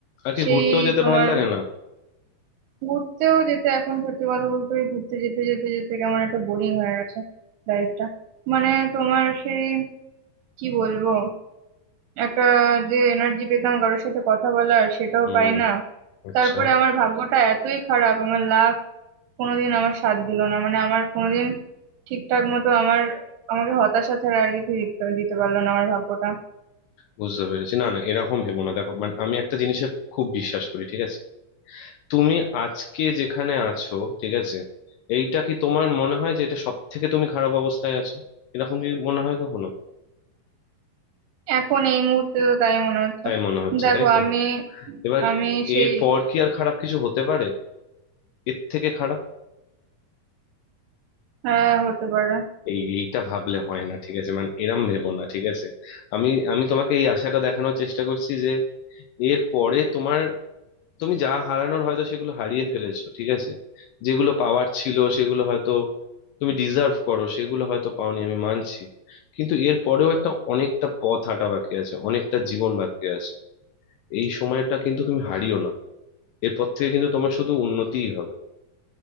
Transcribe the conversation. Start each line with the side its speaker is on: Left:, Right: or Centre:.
Left: আর কি
Right: সেই
Left: ঘুরতেও যেতে
Right: তোমার
Left: ভাল লাগে না
Right: ঘুরতেও যেতে এখন সত্যি কথা বলতে ওই ঘুরতে যেতে যেতে যেতে কেমন একটা বোরিং হয়ে গেছে লাইফটা মানে তোমার সেই কি বলবো একটা যে এনার্জি পেতাম কারোর সাথে কথা বলার সেটাও
Left: হুম
Right: পাই না
Left: আচ্ছা
Right: তারপরে আমার ভাগ্যটা এতই খারাপ আমার লাক কোনোদিন আমার সাথ দিল না মানে আমার কোনোদিন ঠিকঠাক মতো আমার আমাকে হতাশা ছাড়া আর কিছু দিতে দিতে পারলো না আমার ভাগ্যটা
Left: বুঝতে পেরেছি না না এরকম ভেবো না দেখো মানে আমি একটা জিনিসে খুব বিশ্বাস করি ঠিক আছে তুমি আজকে যেখানে আছো ঠিক আছে এইটা কি তোমার মনে হয় যে এটা সব থেকে তুমি খারাপ অবস্থায় আছো এরকম কি মনে হয় কখনো
Right: এখন এই মুহূর্তে তো তাই মনে হচ্ছে
Left: তাই মনে হচ্ছে
Right: দেখো
Left: তাই তো
Right: আমি
Left: এবার
Right: আমি সেই
Left: এর পর কি আর খারাপ কিছু হতে পারে এর থেকে খারাপ
Right: হ্যাঁ হতে পারে
Left: এই এইটা ভাবলে হয় না ঠিক আছে মানে এরম ভেবো না ঠিক আছে আমি আমি তোমাকে এই আশাটা দেখানোর চেষ্টা করছি যে এর পরে তোমার তুমি যা হারানোর হয়তো সেগুলো হারিয়ে ফেলেছো ঠিক আছে যেগুলো পাওয়ার ছিল সেগুলো হয়তো তুমি ডিজার্ভ করো সেগুলো হয়তো পাওনি আমি মানছি কিন্তু এর পরেও একটা অনেকটা পথ হাঁটা বাকি আছে অনেকটা জীবন বাকি আছে এই সময়টা কিন্তু তুমি হারিও না এরপর থেকে কিন্তু তোমার শুধু উন্নতিই হবে